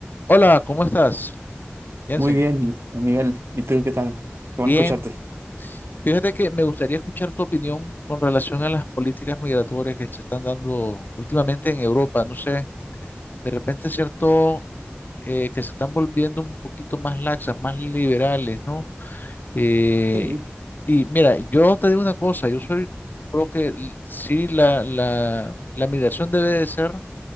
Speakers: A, on the left (about 50°); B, on the right (about 75°).
A: Hola, ¿cómo estás, Jensen?
B: Muy bien, Miguel. ¿Y tú qué tal? Qué bueno
A: Bien.
B: escucharte.
A: Fíjate que me gustaría escuchar tu opinión con relación a las políticas migratorias que se están dando últimamente en Europa. No sé, de repente es cierto eh, que se están volviendo un poquito más laxas, más liberales, ¿no? Eh,
B: Sí,
A: y mira, yo te digo una cosa, yo soy, creo que l- sí, la, la, la migración debe de ser